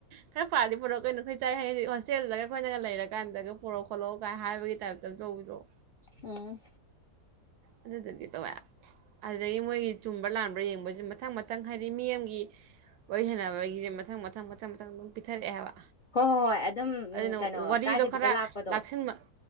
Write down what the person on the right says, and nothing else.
ꯈꯔ ꯐꯥꯔꯗꯤ ꯄꯨꯣꯔꯛꯑꯣ ꯀꯩꯅꯣ ꯑꯩꯈꯣꯏꯁꯥꯏ ꯍꯌꯦꯡ ꯍꯣꯁꯇꯦꯜꯗꯒ ꯑꯩꯈꯣꯏꯅꯒ ꯂꯩꯔꯀꯥꯟꯗꯒ ꯄꯨꯔꯛꯑꯣ ꯈꯣꯠꯂꯛꯑꯣ ꯀꯥꯏꯅ ꯍꯥꯏꯕꯒꯤ ꯇꯥꯏꯞꯇ ꯇꯧꯕꯤꯔꯛꯑꯣ
ꯑꯗꯨꯗꯒꯤ ꯇꯧꯋꯦ ꯑꯗꯨꯗꯒꯤ ꯃꯣꯏ ꯆꯨꯝꯕ ꯂꯥꯟ ꯌꯦꯡꯕꯁꯦ ꯃꯊꯪ ꯃꯊꯪ ꯍꯥꯏꯗꯤ ꯃꯤꯌꯥꯝꯒꯤ ꯑꯣꯏꯍꯟꯅꯕꯒꯤꯁꯦ ꯃꯊꯪ ꯃꯊꯪ ꯃꯊꯪ ꯃꯊꯪ ꯑꯗꯨꯝ ꯄꯤꯊꯔꯛꯑꯦ ꯍꯥꯏꯕ
ꯑꯗꯨꯅ
ꯋꯥꯔꯤꯗꯣ
ꯈꯔ
ꯂꯥꯛꯁꯤꯟꯕ